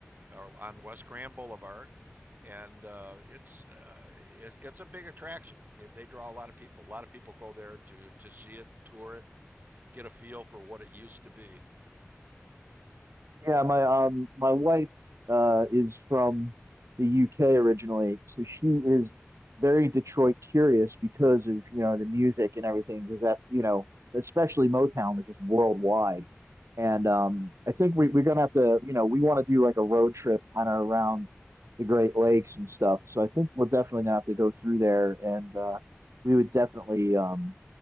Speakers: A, on the right; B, on the right.
A: uh, on West Grand Boulevard, and uh, it's uh, it, it's a big attraction. It, they draw a lot of people. A lot of people go there to to see it and tour it and get a feel for what it used to be.
B: Yeah, my um my wife uh is from the UK originally, so she is very Detroit curious because of, you know, the music and everything, because that, you know, especially Motown, which is worldwide. And um I think we we're gonna have to, you know, we want to do like a road trip kind of around the Great Lakes and stuff. So I think we're definitely gonna have to go through there and uh we would definitely um